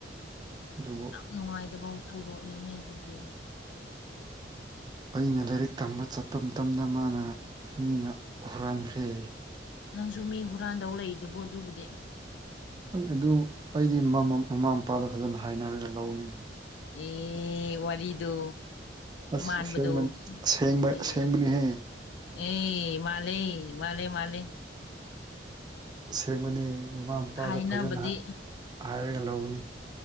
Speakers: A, on the right; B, on the left.
A: ꯗꯨꯕꯨ
B: ꯅꯨꯡꯉꯥꯏꯇꯕ ꯊꯧꯗꯣꯛꯅꯤꯅꯦ ꯑꯗꯨꯗꯤ
A: ꯑꯩꯅ ꯂꯥꯏꯔꯤꯛ ꯇꯝꯕ ꯆꯠꯄ ꯃꯇꯝꯗ ꯃꯥꯅ ꯃꯤꯅ ꯍꯨꯔꯥꯟꯈ꯭ꯔꯦ
B: ꯅꯪꯁꯨ ꯃꯤ ꯍꯨꯔꯥꯟꯗꯧ ꯂꯩꯗꯨꯕꯨ ꯑꯗꯨꯕꯨꯗꯤ
A: ꯍꯣꯏ ꯑꯗꯨ ꯑꯩꯗꯤ ꯃꯃ ꯃꯃꯥ ꯃꯄꯥꯗ ꯐꯖꯅ ꯍꯥꯏꯅꯔꯒ ꯂꯧꯅꯤꯅꯦ
B: ꯑꯦ ꯋꯥꯔꯤꯗꯣ
A: ꯑꯁ
B: ꯃꯥꯟꯕꯗꯣ
A: ꯑꯁꯦꯡꯕ ꯑꯁꯦꯡꯕ
B: ꯑꯦ
A: ꯑꯁꯦꯡꯕꯅꯤꯍꯦ
B: ꯑꯦ ꯃꯥꯜꯂꯦ ꯃꯥꯜꯂꯦ ꯃꯥꯜꯂꯦ
A: ꯑꯁꯦꯡꯕꯅꯤ ꯃꯃꯥ ꯃꯄꯥꯗ
B: ꯍꯥꯏꯅꯕꯗꯤ
A: ꯐꯖꯅ ꯍꯥꯏꯔꯒ ꯂꯧꯒꯅꯤ